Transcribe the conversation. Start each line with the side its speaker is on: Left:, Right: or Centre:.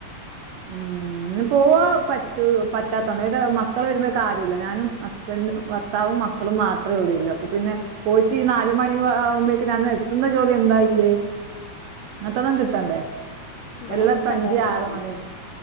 Right: ഉം ഇന്ന് പോവാൻ പറ്റു പറ്റാത്തോണ്ടാ അതേത് മക്കള് വരുമ്പേക്ക് ആരൂല്ലാ ഞാനും ഹസ്ബൻഡും ഭർത്താവും മക് ക്കളും മാത്രള്ളൂ ല്ലേ അപ്പൊ പിന്നെ പോയിട്ട് ഈ നാല് മണി ആവുമ്പോക്ക് ഞാന് എത്തുന്ന ജോലി എന്താ ഇല്ലേ ങ്തതും കിട്ടണ്ടേ
Left: ഇവിടൊക്കെ
Right: എല്ലാട്ത്തും അഞ്ച്
Left: അതാ പ്രശ്നം
Right: ആറ് മണി